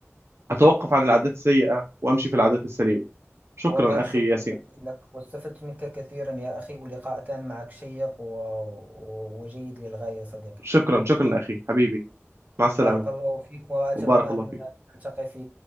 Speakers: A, on the right; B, on the right.
A: اتوقف عن العادات السيئة وامشي في العادات السليمة شكرا
B: والله
A: اخي
B: شكرا
A: ياسين
B: لك لك واستفدت منك كثيرا يا أخي واللقاء كان معك شيق و... و- وجيد للغاية صديقي
A: شكرا شكرا اخي حبيبي مع السلامة
B: بارك الله فيك وأتمنى
A: وبارك الله
B: أن
A: فيك
B: نلتقي في